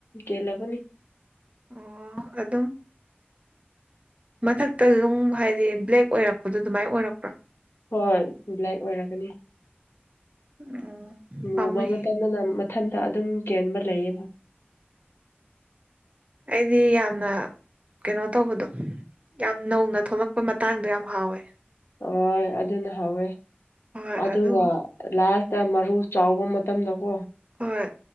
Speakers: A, on the left; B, on the right.
A: ꯀꯦꯜꯂꯕꯅꯤ
B: ꯑꯣ ꯑꯗꯣ ꯃꯊꯛꯇ ꯑꯗꯨꯝ ꯍꯥꯏꯗꯤ ꯕ꯭ꯂꯦꯛ ꯑꯣꯏꯔꯛꯄꯗꯣ ꯑꯗꯨꯃꯥꯏꯅ ꯑꯣꯏꯔꯛꯄ꯭ꯔꯥ
A: ꯍꯣꯏ ꯕ꯭ꯂꯦꯛ ꯑꯣꯏꯔꯒꯅꯤ
B: ꯎꯝ
A: ꯃꯨꯕ
B: ꯄꯥꯝꯃꯨꯏꯌꯦ
A: ꯃꯇꯝꯗꯅ ꯃꯊꯟꯇ ꯑꯗꯨꯝ ꯀꯦꯟꯕ ꯂꯩꯌꯦꯕ
B: ꯑꯩꯗꯤ ꯌꯥꯝꯅ ꯀꯩꯅꯣ ꯇꯧꯕꯗꯣ ꯌꯥꯝ ꯅꯧꯅ ꯊꯣꯛꯂꯛꯄꯩ ꯃꯇꯥꯡꯗꯣ ꯌꯥꯝ ꯍꯥꯎꯋꯦ
A: ꯍꯣꯏ ꯑꯗꯨꯅ ꯍꯥꯎꯋꯦ
B: ꯍꯣꯏ
A: ꯑꯗꯨꯒ
B: ꯑꯗꯨ
A: ꯂꯥꯁ ꯛꯇ ꯃꯔꯨ ꯆꯥꯎꯕ ꯃꯇꯝꯗꯀꯣ
B: ꯍꯣꯏ